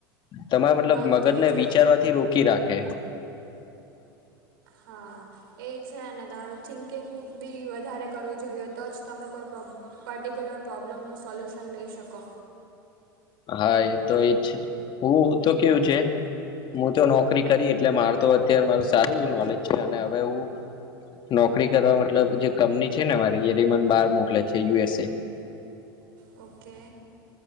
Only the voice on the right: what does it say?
બંધ
થઈ જાય
હા એ છે ને તમારું થિંકિંગ બી વધારે કરવું જોઈએ તો જ તમે કોઈ પ્રોબ પર્ટિક્યુલર પ્રોબ્લમનું સોલ્યુશન લઈ શકો
હમ
ઓકે